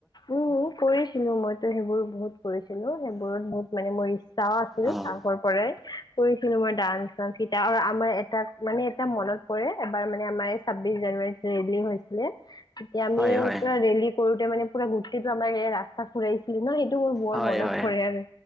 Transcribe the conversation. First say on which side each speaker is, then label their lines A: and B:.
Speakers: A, on the left; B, in the centre.
A: উম কৰিছিলো মইতো সেইবোৰ বহুত কৰিছিলো সেইবোৰত বহুত মানে মই চাওঁ আছিল
B: অ',
A: আগৰ পৰাই কৰিছিলো মই ডান্স আৰু আমাৰ এটা মানে এটা মনত পৰে এবাৰ মানে আমাৰ এই ছাব্বিছ জানুৱাৰীত ৰিলি হৈছে তেতিয়া আমি
B: হয়, হয়,
A: পুৰা ৰেলী কৰোতে মানে পুৰা গোটটো আমাৰ ৰাস্তা ফুৰাইছিল ন সেইটো মোৰ বৰ
B: হয়,
A: মনত
B: হয়,
A: পৰে আৰু